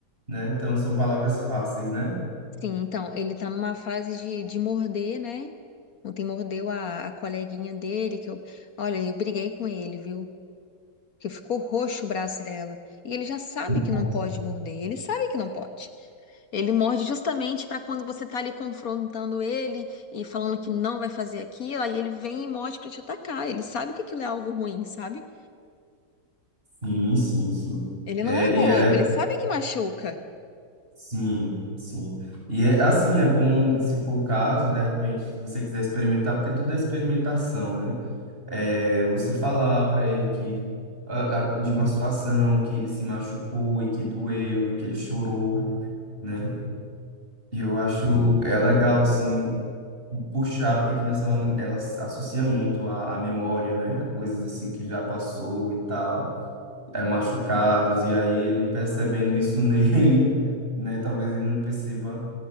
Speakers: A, on the right (about 35°); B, on the left (about 65°).
A: né? Então são palavras fáceis, né?
B: Sim, então, ele tá numa fase de, de morder, né? Ontem mordeu a, a coleguinha dele, que eu. Olha, eu briguei com ele, viu? que ficou roxo o braço dela. E ele já sabe que
A: Bom,
B: não pode morder, ele sabe que não pode. Ele morde justamente para quando você tá ali confrontando ele e falando que não vai fazer aquilo, aí ele vem e morde para te atacar. Ele sabe que aquilo é algo ruim, sabe?
A: Sim, sim, sim.
B: Ele
A: É,
B: não é
A: e
B: bobo,
A: é.
B: ele sabe que machuca.
A: Sim, sim. E é assim, é bom, se for o caso, de repente, se você quiser experimentar, porque tudo é experimentação, né? É, você falar para ele que ah, ah, de uma situação que ele se machucou e que doeu, e que ele chorou, né? E eu acho é legal assim puxar, porque a criança ela, ela se associa muito à, à memória, né? A coisas assim que já passou e tal, é machucados e aí ele percebendo isso <laughs> nele né? Talvez ele não perceba